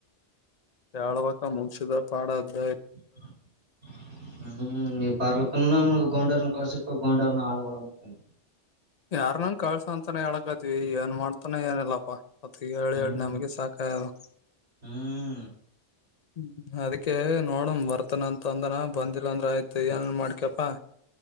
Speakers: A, on the left; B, on the right.
A: ಯಳ್ಬೇಕಕ್ಕ ಮುಂಸಿದ ಪಾಡ ಅದ್ದ
B: <inaudible> ಹ್ಮ್ ನೀ ಬಾರ್ಲ ಕನ್ನ ಮ ಗೌಂಡವರ್ನ್ ಕಳಸಪ್ಪ ಗೌಂಡವರ್ನ ಹಡ್ಗ ಅಿ
A: ಯಾರ್ನಂಗ ಕಳ್ಸ ಅಂತಾನ ಹೇಳಕತ್ತ ಏನ್ ಮಾಡ್ತಾನ ಏನಲ್ಲಾಪ್ಪಾ ಮತ್ತ ಹೇಳಿ
B: ಹ್ಮ್
A: ಹೇಳಿ ನಮಗೆ ಸಾಕದು
B: ಹ್ಮ್
A: ಹ್ಮ ಅದಕ್ಕೆ ನೋಡಮ ಬರ್ತನ ಅಂತ ಅಂದನ ಬಂದಿಲ್ಲ ಅಂದ್ರ ಆಯ್ತು ಏನ್ ಮಾಡ್ಕಪ್ಪಾ